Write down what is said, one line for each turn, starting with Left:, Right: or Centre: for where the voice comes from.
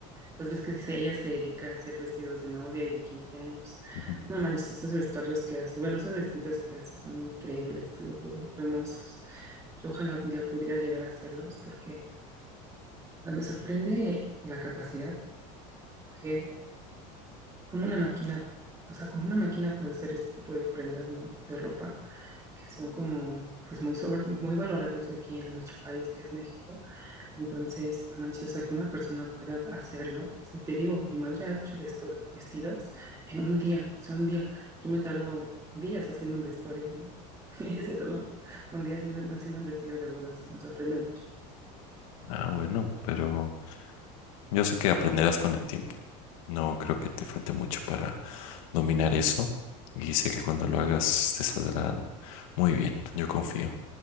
Right: pues ves que dice, ella se dedica a hacer vestidos de novia y de 15 años.
Left: Ujú.
Right: No manches, esos vestuarios que hace, bueno, esos vestidos que hace son increíbles, te lo juro, hermosos. Yo ojalá un día pudiera llegar a hacerlos, porque O sea, me sorprende la capacidad que como una máquina, o sea, con una máquina puede hacer este tipo de prendas, ¿no? De ropa, que son como, pues muy sobre, muy valoradas aquí en nuestro país, que es México. Entonces, no manches, o sea, que una persona pueda hacerlo. O sea, te digo, mi madre ha hecho vesto- vestidos en un día, o sea, un día. Yo me tardo días haciendo un vestuario, ¿no? <laughs> Ella se tardó un día haciendo, haciendo un vestido de bodas, me sorprende mucho.
Left: Ah, bueno, pero yo sé que aprenderás con el tiempo. No creo que te falte mucho para dominar eso. Y sé que cuando lo hagas te saldrán muy bien. Yo confío.